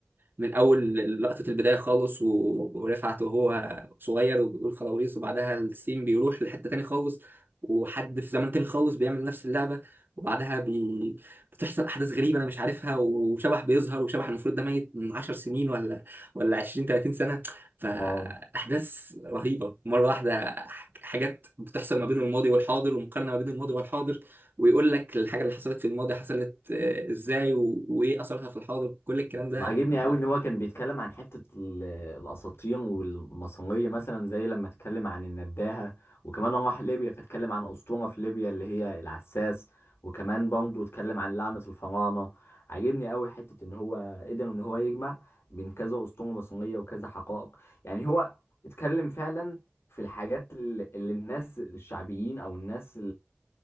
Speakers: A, on the right (about 55°); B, on the left (about 85°).
A: من اول لقطه البدايه خالص و- ورفعت وهو صغير وبيقول خلاويص وبعدها السين بيروح لحته تاني خالص وحد في زمن تاني خالص بيعمل نفس اللعبه وبعدها بي... بتحصل احداث غريبه انا مش عارفها وشبح بيظهر وشبح المفروض ده ميت من 10 سنين ولا ولا 20 30 سنه فاحداث
B: اه
A: رهيبه مره واحده حاجات بتحصل ما بين الماضي والحاضر ومقارنه ما بين الماضي والحاضر ويقول لك الحاجه اللي حصلت في الماضي حصلت آه، ازاي و- وايه اثرها في الحاضر كل الكلام ده
B: وعاجبني
A: يعني
B: قوي ان هو كان بيتكلم عن حته ال- الاساطين والماسونيه مثلا زي لما اتكلم عن النداهه وكمان راح ليبيا فاتكلم عن اسطوره في ليبيا اللي هي العساس وكمان برضه اتكلم عن لعنه الفراعنه عاجبني قوي حته ان هو قدر ان هو يجمع بين كذا اسطوره ماسونيه وكذا حقائق يعني هو اتكلم فعلا في الحاجات اللي اللي الناس الشعبيين او الناس